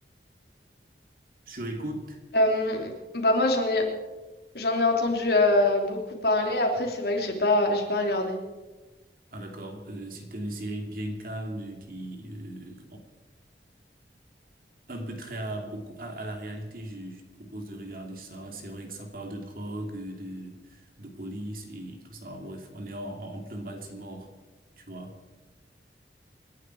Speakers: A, on the right; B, on the left.
A: Sur écoute,
B: Euh, bah moi, j'en ai, j'en ai entendu euh, beaucoup parler. Après, c'est vrai que j'ai pas, j'ai pas regardé.
A: ah d'accord, euh, c'est une série bien calme euh, qui, euh, un peu très à beaucoup à, à la réalité. Je, je te propose de regarder ça. C'est vrai que ça parle de drogue, euh, de de police et tout ça. Bref, on est en, en en plein Baltimore, tu vois.